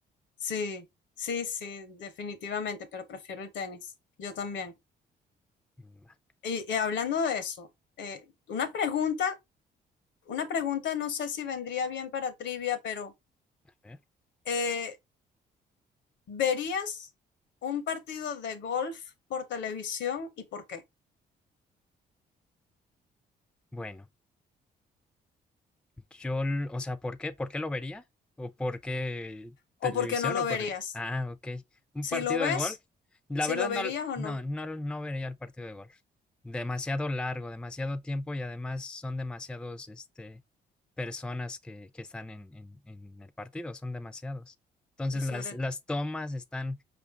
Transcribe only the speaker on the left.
sí, sí, sí, definitivamente, pero prefiero el tenis. Yo también.
Y, y hablando de eso, eh, una pregunta Una pregunta, no sé si vendría bien para trivia, pero
eh, ¿verías un partido de golf por televisión y por qué?
¿O
por qué no lo
verías?
Si
lo ves,
si
lo verías
o
no.
Y sobre